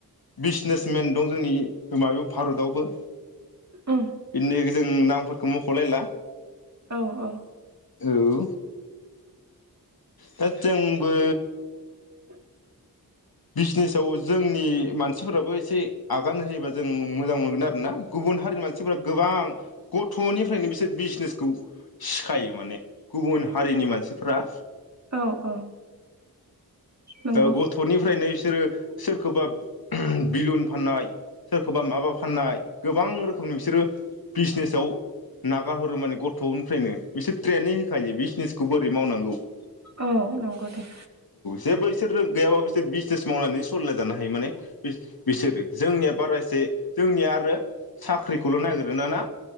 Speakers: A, on the left; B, on the right.
A: बिजनेसमेन दं जोंनि माबायाव भारतआवबो।
B: उम
A: बिदिनो जों नामफोर मखलायला
B: औ औ।
A: नंगौ होद जों बो
B: <inaudible>
A: बिजनेसाव जोंनि मानसिफोराबो एसे आगान होयोबा जों मोजां मोनगोन आरोना गुबुन हारिनि मानसिफोरा गोबां गथ'निफ्रायनो बिसोर बिजनेसखौ सिखायो माने गुबुन हारिनि मानसिफ्रा।
B: औ औ। नंगौ
A: ओ गथ'निफ्रायनो इसोरो सोरखौबा बिलुन फाननाय सोरखौबा माबा फाननाय गोबां रोखोमनि बिसोरो बिजनेसाव नागारहरो माने गथ'निफ्रायनो बिसोर ट्रेनिं होखायो बिजनेसखौ बोरै मावनांगौ ।
B: औ नंगौ दे।
A: जेबो इसोरो गैयाबाबो बिसोर बिजनेस मावनानै सलिना जानो हायो माने बिसो बिसोरो जोंनिया बारा एसे जोंनिया आरो साख्रिखौल' नागिरोना ना?